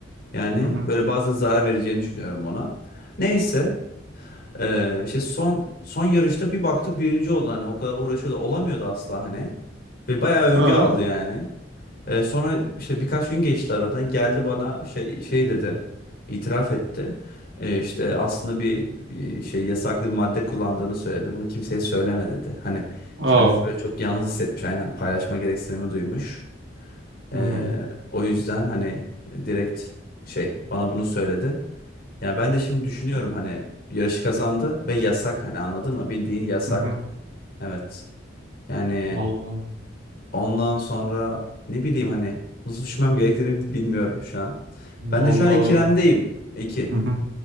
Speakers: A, on the left (about 50°); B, on the right (about 65°).
A: Yani
B: hı. hı.
A: böyle bazen zarar vereceğini düşünüyorum ona. Neyse ee, işte son son yarışta bir baktık birinci oldu hani o kadar uğraşıyordu olamıyordu asla hani. Ve bayağı övgü
B: Ha.
A: aldı yani. Ee, sonra işte birkaç gün geçti aradan geldi bana şey şey dedi. itiraf etti. Ee, işte aslında bir e, şey yasaklı bir madde kullandığını söyledi. Bunu kimseye söyleme dedi. Hani
B: Aa.
A: kendisi böyle çok yalnız hissetmiş aynen paylaşma gereksinimi duymuş. Ee,
B: Hı hı
A: o yüzden hani direkt şey bana bunu söyledi. Yani ben de şimdi düşünüyorum hani yarışı kazandı ve yasak hani anladın mı? Bildiğin yasak.
B: hı. hı.
A: Evet. Yani
B: Vallahi.
A: ondan sonra ne bileyim hani nasıl düşmem gerektiğini bilmiyorum şu an.
B: Vallahi.
A: Ben de şu an ikilemdeyim. İki.
B: Hı hı.